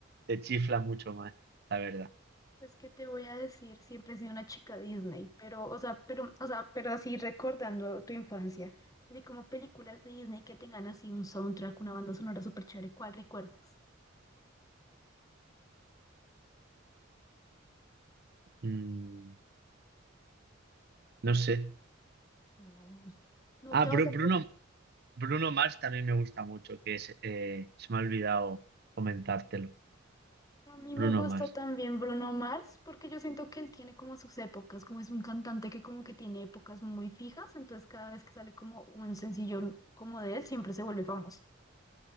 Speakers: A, on the right; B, on the left.
A: te chifla mucho más, la verdad.
B: Pues, ¿qué te voy a decir? Siempre he sido una chica Disney, pero, o sea, pero, o sea, pero así recordando tu infancia, así como películas de Disney que tengan así un soundtrack, una banda sonora súper chévere, ¿cuál recuerdas?
A: Mm. No sé.
B: Mm. No
A: Ah,
B: te
A: Bru-
B: vas a acordar.
A: Bruno, Bruno Mars también me gusta mucho, que es, eh, se me ha olvidado comentártelo.
B: A mí me
A: Bruno
B: gusta
A: Mars.
B: también Bruno Mars, porque yo siento que él tiene como sus épocas, como es un cantante que como que tiene épocas muy fijas, entonces cada vez que sale como un sencillo como de él, siempre se vuelve famoso.